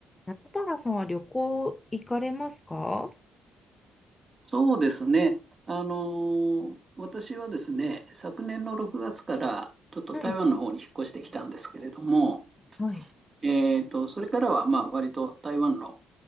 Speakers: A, on the left; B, on the right.
A: 中原さんは旅行行かれますかは
B: そうですね。あの、私はですね、昨年の6月からちょっと台湾の方に引っ越してきたんですけれども、
A: い、はい、はい。
B: えーと、それからはまあ割と台湾の